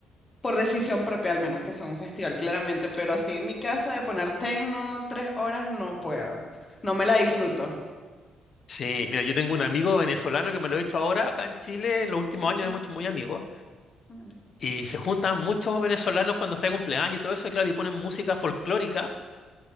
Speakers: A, on the left; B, on the left.
A: por decisión propia, al menos que sea un festival, claramente, pero así en mi casa de poner tecno tres horas no puedo, no me la disfruto.
B: Sí, mira, yo tengo un amigo venezolano que me lo he hecho ahora acá en Chile, en los últimos
A: Ok,
B: años hemos hecho muy amigos,
A: mira,
B: y se juntan muchos venezolanos cuando está de cumpleaños y todo eso, y claro, y ponen música folclórica,